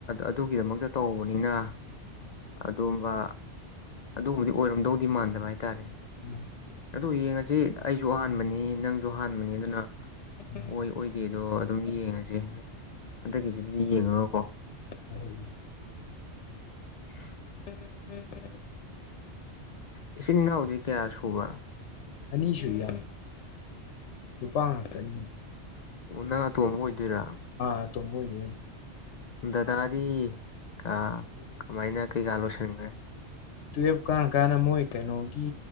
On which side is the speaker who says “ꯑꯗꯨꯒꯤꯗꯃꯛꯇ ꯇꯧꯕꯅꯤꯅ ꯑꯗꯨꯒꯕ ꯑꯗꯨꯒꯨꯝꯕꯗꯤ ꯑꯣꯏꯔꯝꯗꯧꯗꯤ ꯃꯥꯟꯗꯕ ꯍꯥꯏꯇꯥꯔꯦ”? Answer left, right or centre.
Left